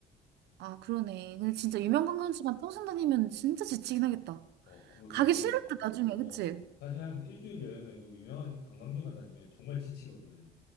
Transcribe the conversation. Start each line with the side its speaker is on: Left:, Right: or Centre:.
Right: 아, 그러네. 근데
Left: 음,
Right: 진짜
Left: 음.
Right: 유명 관광지만 평생 다니면 진짜 지치긴 하겠다.
Left: 어, 그거
Right: 가기
Left: 되게
Right: 싫을 때 나중에,
Left: 어
Right: 그치?
Left: 사실 한 일주일 여행에도 유명한 관광지만 다니면 정말 지치거든.